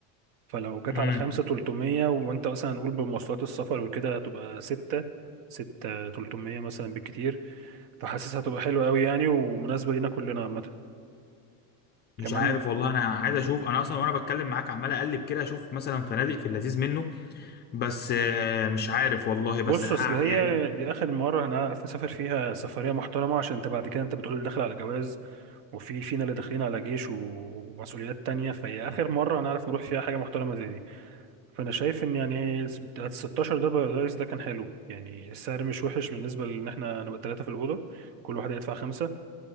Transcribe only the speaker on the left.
امم
مش
عارف والله انا عايز اشوف انا اصلا وانا بتكلم معاك عمال اقلب كده اشوف مثلا فنادق في اللذيذ منه بس آه، مش عارف والله بس
آه،
يعني